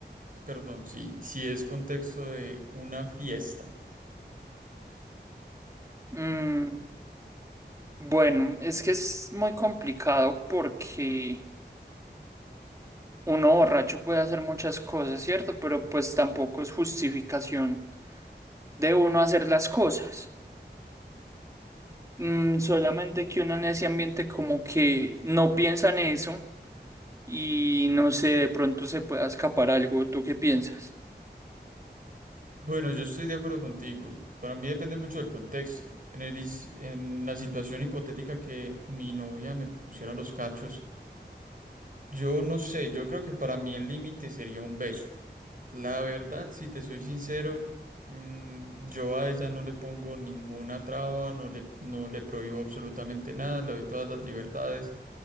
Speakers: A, on the right (about 50°); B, on the right (about 15°).
A: perdón, sí, si es contexto de una fiesta.
B: Mm, bueno, es que es muy complicado porque uno borracho puede hacer muchas cosas, ¿cierto? Pero pues tampoco es justificación de uno hacer las cosas. Mm, solamente que uno en ese ambiente como que no piensa en eso y no sé, de pronto se pueda escapar algo, ¿tú qué piensas?
A: Bueno, yo estoy de acuerdo contigo. Para mí depende mucho del contexto. En el is- en la situación hipotética que mi novia me pusiera los cachos, yo no sé, yo creo que para mí el límite sería un beso. La verdad, si te soy sincero, mm, yo a ella no le pongo ninguna traba, no le, no le prohíbo absolutamente nada, le doy todas las libertades.